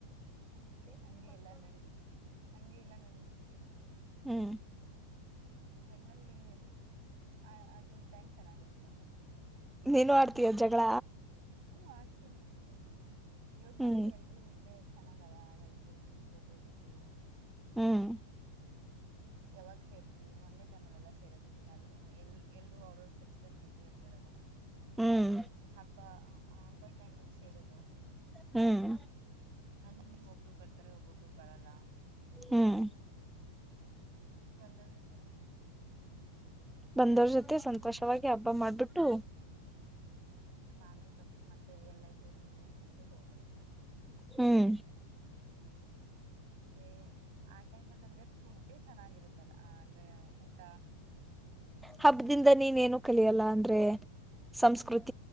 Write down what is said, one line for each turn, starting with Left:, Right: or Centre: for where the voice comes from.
Right: ಅದಕ್ಕೆ ಹಂಗೆ ಎಲ್ಲಾ ನಡಿದ ಹಂಗೆ ಎಲ್ಲಾ ನಡೆಯುತ್ತೆ.
Centre: ಹ್ಮ್
Right: ವಟ್ನಲ್ಲಿ ಆ ಅದು ಟೈಮ್ ಚೆನ್ನಾಗಿರುತ್ತೆ ಅವಾಗ.
Centre: ನೀನು ಆಡ್ತೀಯೋ ಜಗಳ.
Right: ಹ್ಮ ಆಡ್ತೀನಿ <unintelligible> ಇವಾಗ್
Centre: ಹ್ಮ್
Right: ಮನೇಲಿ ಎಲ್ರುೂ ಇದ್ರೆ. ಚೆನ್ನಾಗಲ ಎಲ್ರೂ ಜೊತೆಗಿದ್ದು.
Centre: ಹ್ಮ್
Right: ಯಾವಾಗ ಸೇರ್ತೀನವವಿ ಒಂದೇ ಟೈಮ್ ಅಲ್ಲ ಸೇರೋದು ದಿನ ಎಲ್ ಎಲ್ರು ಅವ್ರವ ಕೆಲ್ಸದಲ್ಲಿ ಬಿಜಿ ಇರ್ತಾರಲ್ಲ.
Centre: ಹ್ಮ್
Right: ಹಬ್ಬಾ ಅ ಅ ಹಬ್ಬಾ ಟೈಮ ಸೇರುದು.
Centre: ಹ್ಮ್
Right: ಅದು ಒಬ್ರು ಬರ್ತಾರೆ ಒಬ್ಬೊಬ್ರು ಬರಲ್ಲ.
Centre: ಹ್ಮ್
Right: ಬಂದರು ಜತೆನೆ
Centre: ಬಂದವ್ರ್ ಜೊತೆ ಸಂತೋಷವಾಗಿ ಹಬ್ಬ ಮಾಡ್ಬಿಟ್ಟು
Right: ಆಮೇಲೆ ಬ ಮತ್ತೆ ಎಲ್ಲ ಐತಿ ನಿಮ್ ನಿಮ್ ಕೆಲ್ಸಕ್ ಹೋಗ್ಬೇಕು.
Centre: ಹ್ಮ್
Right: ಮತ್ತೆ ಆ ಟೈಮ ಅಲ್ಲಿ ಅಂದ್ರೆ ಫುಡ್ಡೇ ಚೆನ್ನಾಗಿರುತ್ತಲ್ಲ ಅಂದ್ರೆ ಊಟ.
Centre: ಹಬ್ಬದಿಂದ ನೀನೇನು ಕಲಿಯಲ್ಲ ಅಂದ್ರೆ ಸಂಸ್ಕೃತಿ‌